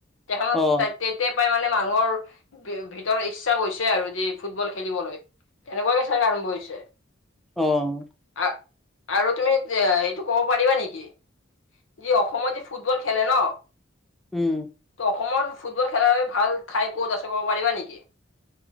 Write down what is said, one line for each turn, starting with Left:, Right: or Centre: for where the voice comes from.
Left: তেখেতৰ
Centre: অ
Left: তা তেই তেতিয়া পাই মানে মানুহৰ ভিতৰ ইচ্ছা হৈছে আৰু যে ফুটবল খেলিবলৈ। তেনেকুৱাকে চাগে আৰম্ভ হৈছে।
Centre: অ'
Left: আ, আৰু তুমি সেইটো ক'ব পাৰিবা নেকি? ই অসমত যি ফুটবল খেলে ন।
Centre: উম
Left: অসমত ফুটবল খেলাৰ বাবে ভাল ঠাই ক'ত আছে ক'ব পাৰিবা নেকি?